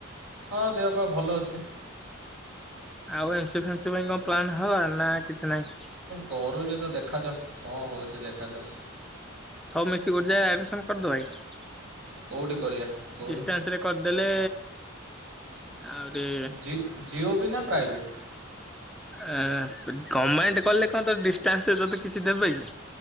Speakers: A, on the right; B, in the centre.
A: ହଁ ଦେହ ପା ଭଲ ଅଛି।
B: ଆଉ ଏମସି ଫେମ୍ସି ପାଇଁ କଣ ପ୍ଲାନ୍ ହବ ନା କିଛି ନହିଁ
A: କରୁଛି ତ ଦେଖାଯାଉ କ ହଉଛି ଦେଖାଯାଉ
B: ସବୁ ମିଶିକି ଗୋଟେ ଜାଗାରେ ଆଡମିଶନ୍ କରି ଦବାକି
A: କୋଉଠି କରିବା କହୁନୁ
B: ଡିଷ୍ଟଟାନ୍ସ ରେ କରିଦେଲେ ଆହୁରି
A: ଜି ଜିଓ ବି ନା ପ୍ରାଇଭେଟ
B: ଏ ଗଭର୍ଣମେଣ୍ଟ କଲେ କଣ ତତେ ଡିଷ୍ଟାନ୍ସ କିଛି ଦେବେ କି